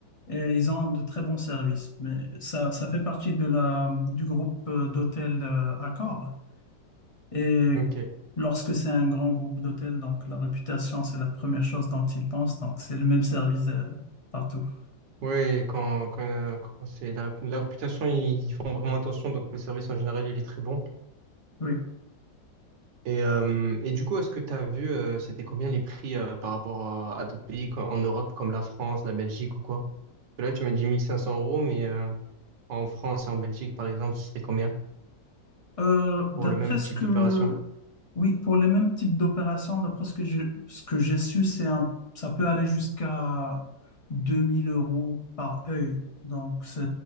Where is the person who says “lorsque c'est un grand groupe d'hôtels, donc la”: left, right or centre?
Left